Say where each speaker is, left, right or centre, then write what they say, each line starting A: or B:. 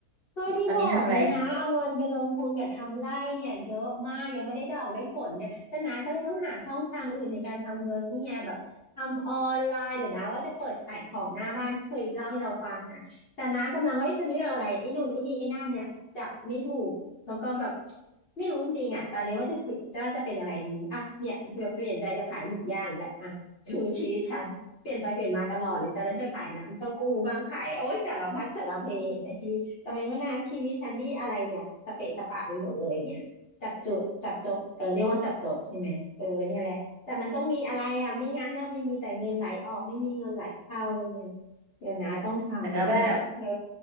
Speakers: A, on the left (about 45°); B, on the right (about 60°).
A: ก็ที่บอกไงนะเอาเงินไปลงทุนกับทำไร่เนี่ยเยอะมากยังไม่ได้ดอกได้ผลเนี่ยแต่น้าก็เลยต้องหาช่องทางอื่นในการทำเงินนี่ไงแบบทำออนไลน์เดี๋ยวนะว่าจะเปิดขายของหน้าบ้านเคยเล่าให้เราฟังนะแต่น้ากำลังว่าเอ๊ะจะเลือกอะไรไอ้นู่นไอ้นี่ไอ้นั่นเนี่ยจับไม่ถูก
B: ตอนนี้ทำอะไร
A: แล้วก็แบบไม่รู้จริงๆอ่ะตอนนี้ว่าจะเสียจะจะเป็นอะไรดีอ่ะเนี่ยเปลี่ยนเปลี่ยนใจจะขายหมึกย่างอีกแล้วอ่ะดูชีวิตฉันเปลี่ยนไปเปลี่ยนมาตลอดเลยตอนนั้นจะขายน้ำเต้าหู้บ้างขายโอ้ยสารพัดสารเพเห็นไหมชีวิตตอนนี้ว่านะชีวิตฉันนี่อะไรเนี่ยสเปะสปะไปหมดเลยอย่างเงี้ยจับจุดจับจดเออเรียกว่าจับจดใช่ไหมเออเนี่ยแหละแต่มันต้องมีอะไรอ่ะไม่งั้นน่ะไม่มีแต่เงินไหลออกไม่มีเงินไหลเข้าอะไรเงี้ยเดี๋ยวนะต้องทำแล้วไงเออ
B: <laughs> แต่ก็แบบ